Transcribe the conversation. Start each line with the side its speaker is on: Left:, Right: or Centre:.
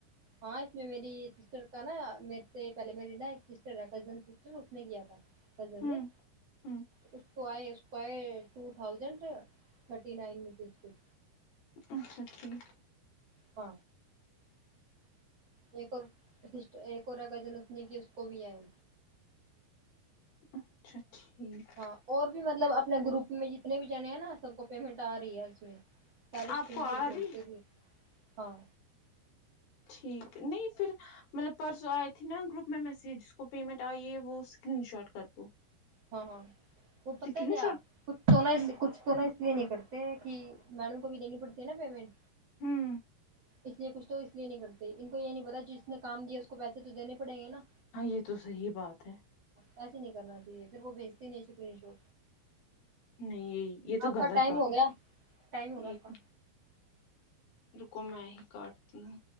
Right: ہاں اس میں میری سسٹر کا نا میرے سے پہلے میری نا ایک سسٹر ہے کزن سسٹر اس نے کیا تھا کزن
Left: ہوں
Right: نے
Left: ہوں
Right: اس کو آے اس کو ایے two thousand thirty nine rupees کچھ
Left: اچھا ٹھیک
Right: پہ ایک اور ایک اور گزن اس نے کی اس کو بھی ائی
Left: اچھا ٹھیک
Right: ہاں اور بھی مطلب اپنے گروپ میں جتنے بھی جنے ہیں نا سب کو پیمنٹ ا رہی ہے اس میں سارا
Left: آپ
Right: سکرین
Left: کو آ
Right: شاٹ رکھتے
Left: رہی
Right: ہیں بھی ہاں
Left: ٹھیک نہیں پھر مطلب پرسو ائے تھے نا گروپ میں میسیج جس کو پیمنٹ ائی ہے وہ اسکرین شاٹ کر دو
Right: ہاں ہاں وہ پتا
Left: اسکرین
Right: ہے کیا
Left: شاٹ
Right: کچھ تو نہیں
Left: ہوں
Right: کچھ تو نہیں یہ نہیں کرتے کہ میڈم کو بھی دینی پڑتی ہے نا پیمنٹ
Left: ہمم
Right: اس لیے کچھ تو اس لیے نہیں کرتے ان کو یہ نہیں پتا جس نے کام دیا اس کو پیسے تو دینے پڑیے گے نا
Left: ہاں یہ تو صحیح بات ہے
Right: ایسے نہیں کرنا چاہیے پھر وہ بھیجتے ہی نہیں بھیجو
Left: نہیں یہ یہ تو
Right: اپ کا
Left: غلط
Right: ٹائم
Left: بات
Right: ہو گیا ٹائم ہو گیا
Left: ایک
Right: اپ کا
Left: رکو میں ہی کاٹتی ہوں